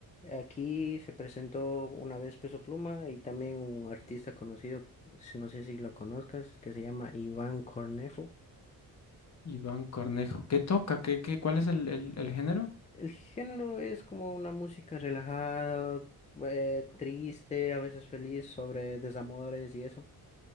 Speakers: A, on the left; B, on the left.
A: aquí se presentó una vez Peso Pluma y también un artista conocido, s- no sé si lo conozcas, que se llama Iván Cornejo.
B: Iván Cornejo, ¿qué toca? ¿Qué, qué, cuál es el, el el género?
A: El género es como una música relajada, eh, triste, a veces feliz, sobre desamores y eso.